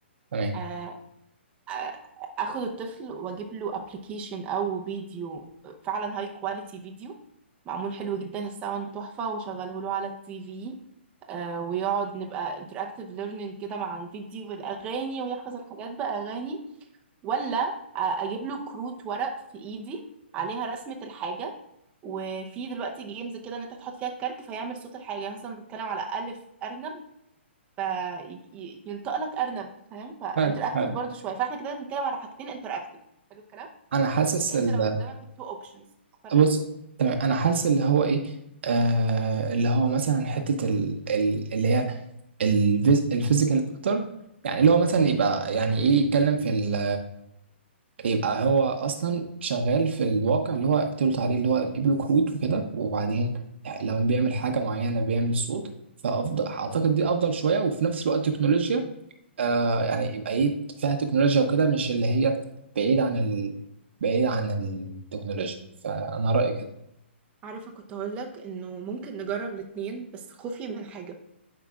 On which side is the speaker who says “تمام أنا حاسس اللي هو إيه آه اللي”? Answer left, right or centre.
Right